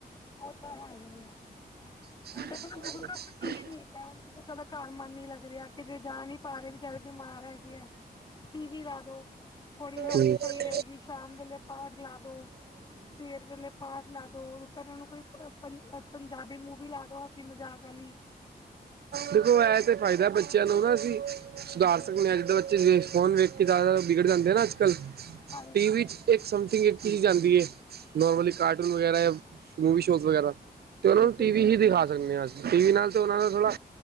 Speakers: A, on the left; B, on the right.
A: ਉਹ ਤਾਂ ਹੈ ਹੀ ਆ
B: <inaudible>
A: ਹੁਣ ਦੇਖੋ ਨਾ ਬਜ਼ੁਰਗਾਂ ਵਾਸਤੇ ਟੀਵੀ ਠੀਕ ਐ ਉਹ ਬਜ਼ੁਰਗਾ ਦਾ ਘਰ ਮਨ ਨੀ ਲੱਗ ਰਿਹਾ ਕਿਤੇ ਜਾ ਨੀ ਪਾ ਰਹੇ ਵਿਚਾਰੇ ਬਿਮਾਰ ਐ ਹੈਗੇ ਆ ਟੀ ਵੀ ਲਾ ਦੋ ਥੋੜੀ ਹੈਲਥ
B: ਹੂੰ
A: ਸਹੀ ਰਹੇਗੀ ਸ਼ਾਮ ਵੇਲੇ ਪਾਠ ਲਾ ਦੋ ਸਵੇਰ ਵੇਲੇ ਪਾਠ ਲਾ ਦੋ ਫਿਰ ਉਹਨ ਨੂੰ ਕੋਈ ਪੰਜਾਬੀ ਮੂ ਵੀ ਲਾ ਦੋ ਕੋਈ ਮਜ਼ਾਕ ਆਲੀ।
B: ਦੇਖੋ ਐ ਤੇ ਫਾਇਦਾ ਬੱਚਿਆਂ ਨੂੰ ਨਾ ਅਸੀਂ, ਸੁਧਾਰ
A: ਹਾਂਜੀ
B: ਸਕਨੇ ਹਾਂ ਜਿੱਦਾਂ ਬ ਫੋਨ ਵੇਖ ਕੇ ਜ਼ਿਆਦਾ ਵਿਗੜ ਜਾਂਦੇ ਨਾ ਅੱਜਕੱਲ੍ਹ,
A: ਹਾਂਜੀ
B: ਟੀ ਵੀ 'ਚ ਇੱਕ ਸਮਥਿੰਗ ਇੱਕ ਕਿ ਜਾਂਦੀ ਏ। ਨੋਰਮਲੀ
A: ਹਾਂਜੀ
B: ਕਾਰਟੂਨ ਵਗੈਰਾ ਜਾਂ, ਮੂਵੀ ਸ਼ੋ ਵਗੈਰਾ, ਤੇ ਉਹਨਾਂ
A: ਬਿਲਕੁਲ
B: ਨੂੰ ਟੀ ਵੀ
A: ਬਿਲਕੁਲ
B: ਹੀ ਦਿਖਾ ਸਕਦੇ ਆ ਅ ਟੀ ਵੀ ਨਾਲ ਤੇ ਉਹਨਾ ਨੂੰ ਥੋੜ੍ਹਾ,